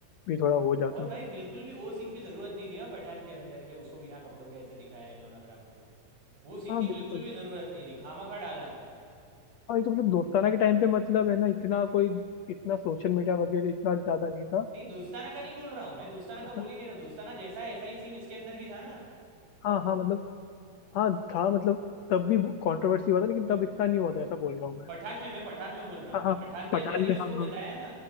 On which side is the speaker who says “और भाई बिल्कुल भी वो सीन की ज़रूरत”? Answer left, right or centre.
Right